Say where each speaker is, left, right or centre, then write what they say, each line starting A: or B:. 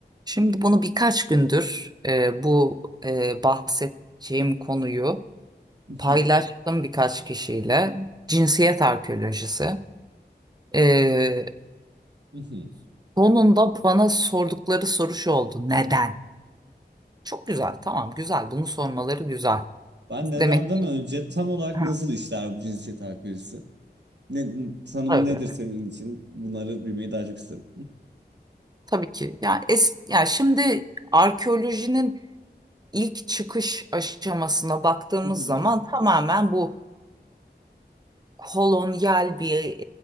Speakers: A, on the right; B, on the right.
A: Şimdi bunu birkaç gündür e, bu e, bahsedeceğim konuyu
B: Mhm,
A: paylaştım birkaç kişiyle. Cinsiyet arkeolojisi. E,
B: mhm.
A: sonunda bana sordukları soru şu oldu. Neden? Çok güzel, tamam güzel. Bunu sormaları güzel.
B: Ben nedenden
A: Demek ki
B: önce tam olarak
A: ha,
B: nasıl işler bu cinsiyet ayrımcılığı? Ne, tanımı
A: tabii,
B: nedir senin için? Bunları bilmeyi daha çok isterim.
A: tabii ki. Ya es, ya şimdi arkeolojinin ilk çıkış aşamasına baktığımız
B: Mhm,
A: zaman tamamen bu kolonyal bir